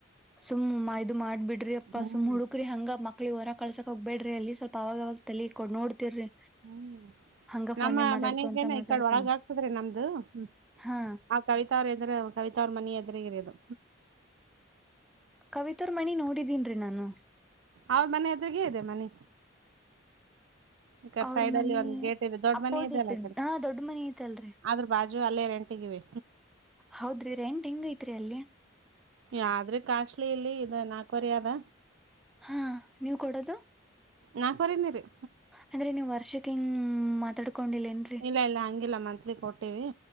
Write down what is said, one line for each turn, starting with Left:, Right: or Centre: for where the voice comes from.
Centre: ಸುಮ್ಮ ಇದು ಮಾಡ್ಬ್ ಬಿಡ್ರಿ ಅಪ್ಪಾ
Right: ಹ್ಮ್
Centre: ಸುಮ್ ಹುಕ್ರಿ ಹಂಗ ಮಕ್ಳಿ ಹೊರ ಕಳ್ಸಕ್ ಬೇಡ್ರಿ ಅಲ್ಲಿ ಸ್ವಲ್ಪ ಅವಾಗವಾಗ ತಲಿ ಕೊ ನೋಡ್ತಿರ್ರಿ.
Right: ಹ್ಮ್
Centre: ಹಂಗ
Right: ನಮ್ಮ
Centre: ಫೋನ್ಯಾಗ ಮಾತಾಡ್ಕೊಂತ
Right: ಮನೆಗೇನ
Centre: ಮಾತಾಡ್ಕೊಂತ
Right: ಈ ಕಡ್ ಒಳಗಾಗ್ತದ್ರೀ ನಮ್ದು ಹ್ಮ್.
Centre: ಹಾ
Right: ಆ ಕವಿತಾವ್ರ ಎದ್ರೆ ಕವಿತವ್ರ್ ಮನಿ ಎದ್ರಿಗೇ ಇರೊದು.
Centre: ಕವಿತರ್ಮನಿ ನೋಡಿದೀನ್ರಿ ನಾನು.
Right: ಅವ್ರ ಮನೆ ಅದ್ರಗ ಇದೆ ಮನೆ ಈ ಕಡೆ
Centre: ಅವ್ರ
Right: ಸೈಡ್
Centre: ಮನಿ
Right: ಅಲ್ಲಿ ಒಂದ್ ಗೇಟ್ ಇದೆ ದೊಡ್ಡ
Centre: ಅಪೋಸಿಟ್
Right: ಮನ
Centre: ಹಾ ದೊಡ್ಡ ಮನಿ ಐತಲ್ರರಿ
Right: ಅದರ ಬದಲು ಅ ಅಲ್ಲೇ ರಂಟಗಿವಿ
Centre: ಹೌದ್ರಿ ರೆಂಟ್ ಹೆಂಗ ಐತ್ರೀಯಲ್ಲಿ
Right: ಯಾದ್ರಿ ಕಾಸ್ಟ್ಲಿ ಇಲ್ಲಿ ಇದ ನಾಲ್ಕವರೆ ಅದ
Centre: ಹಾ ನೀವ್ ಕೊಡದು
Right: ನಾ ಕೊರ ನೀ ರ
Centre: ಅಂದ್ರೆ ನೀವ್ ವರ್ಷಕ್ಕ ಇಂಗ್ ಮಾತಾಡಿಕೊಂಡಿದೇನ್ರಿ
Right: ಇಲ್ಲ ಇಲ್ಲ ಮಂತ್ಲಿ ಕೊಟ್ಟಿವವಿ